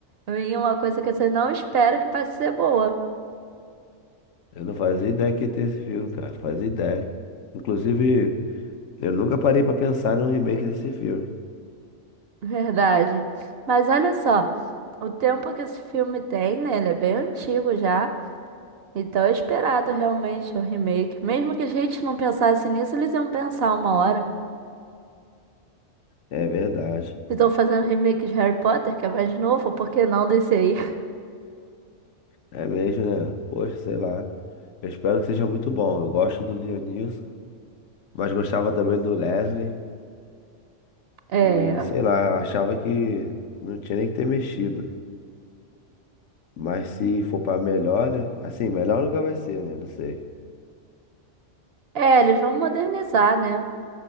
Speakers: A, on the right; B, on the left.
A: Vem uma coisa que você não espera que vai ser boa.
B: Eu não fazia ideia que ia ter esse filme, cara. Não fazia ideia. Inclusive. Eu nunca parei pra pensar num remake desse filme.
A: Verdade. Mas olha só, o tempo que esse filme tem, né? Ele é bem antigo já. Então é esperado realmente o remake. Mesmo que a gente não pensasse nisso, eles iam pensar uma hora.
B: É verdade.
A: Se estão fazendo remake de Harry Potter, que é mais novo, por que não desse aí?
B: É mesmo, né? Poxa, sei lá. Eu espero que seja muito bom. Eu gosto do Leonilson, mas gostava também do Leslie.
A: É,
B: E sei lá, eu achava que não tinha nem que ter mexido. Mas se for pra melhor, né? Assim, melhor nunca vai ser, né? Não sei.
A: é, eles vão modernizar, né?